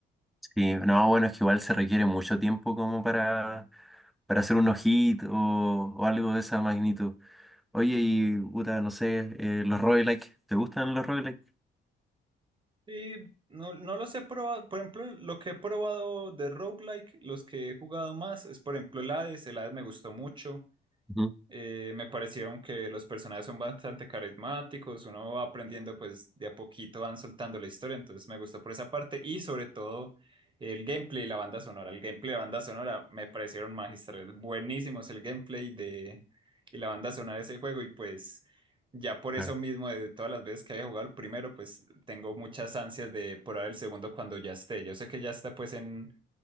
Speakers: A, in the centre; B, on the right.
A: Sí, no, bueno, es que igual se requiere mucho tiempo como para, para hacer unos hits o, o algo de esa magnitud. Oye, y puta, no sé, eh, los roguelike, ¿te gustan los roguelike?
B: Y no, no los he probado, por ejemplo, lo que he probado de roguelike, los que he jugado más, es por ejemplo el Hades, el Hades me gustó mucho.
A: Ujú,
B: Eh, me parecieron que los personajes son bastante carismáticos, uno va aprendiendo pues de a poquito van soltando la historia, entonces me gustó por esa parte y sobre todo el gameplay y la banda sonora. El gameplay y la banda sonora me parecieron magistrales, buenísimos el gameplay de y la banda sonora de ese juego y pues ya por
A: claro.
B: eso mismo de todas las veces que haya jugado el primero pues tengo muchas ansias de probar el segundo cuando ya esté. Yo sé que ya está pues en